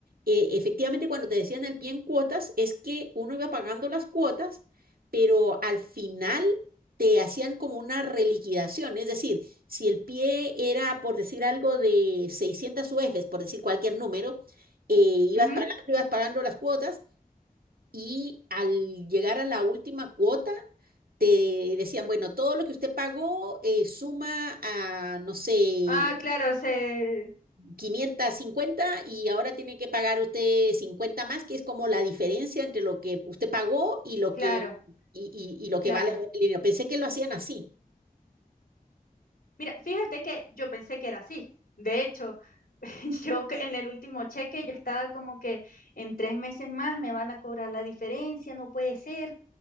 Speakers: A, on the right; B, on the left.
A: eh, efectivamente, cuando te decían el pie en cuotas, es que uno iba pagando las cuotas, pero al final te hacían como una reliquidación. Es decir, si el pie era, por decir algo, de 600 UFs, por decir cualquier número, eh, ibas
B: Ujú.
A: pagando, ibas pagando las cuotas y al llegar a la última cuota, te decían, bueno, todo lo que usted pagó eh, suma a, no sé,
B: Ah, claro, se,
A: 550 y ahora tiene que pagar usted 50 más, que es como la diferencia entre lo que usted pagó y lo
B: claro,
A: que, y, y- y lo
B: claro.
A: que vale el dinero. Pensé que lo hacían así.
B: Mira, fíjate que yo pensé que era así. De hecho, <laughs> yo que en el último cheque yo estaba como que en tres meses más me van a cobrar la diferencia, no puede ser.